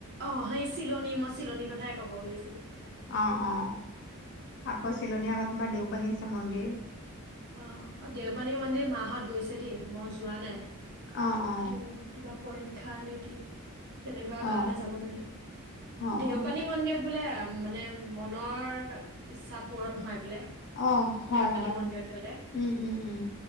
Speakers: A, on the right (about 50°); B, on the left (about 50°).
A: অ সেই চিলনী মই চিলনীৰ কথাই কব ওলাই
B: অ অ আকৌ চিলনীৰ আগত তোমাৰ দেওপানী আছে মন্দিৰ,
A: অ' অ' দেওপানী মন্দিৰ মাহত গৈছে দেই মই যোৱা নাই
B: অ অ
A: মোৰ কিবা পৰীক্ষা নে কি তেনেকুৱা কাৰণে
B: অ
A: যাব নোৱাৰিলো
B: অ
A: দেউপানী
B: অ
A: মন্দিৰত বোলে মানে মনৰ ইচ্ছা পূৰণ হয় বোলে।
B: অ' হয়
A: দেওপানী
B: হয়!
A: মন্দিৰত গ'লে
B: উম উম উম